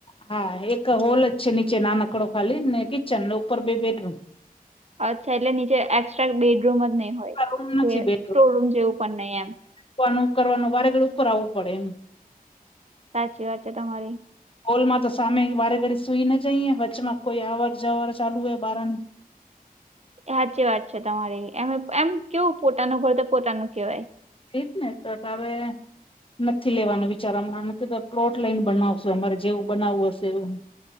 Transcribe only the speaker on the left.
હા એક હોલ જ છે નીચે નાનકડો ખાલી ને કિચન ઉપર બેડરૂમ
રૂમ
નથી
બેડરૂમ
કરવાનું વારેગડી ઉપર આવવું પડે એમને
હોલમાં તો સામે વારે ઘડી સુઈ ન જઈએ વચમાં કોઈ આવર જવર ચાલુ હોય બહારને
ઠીક ને તો હવે નથી લેવાનો વિચાર અમારા નથી પ્લોટ લઈને બનાવશો અમારે જેવું બનાવું હશે એવું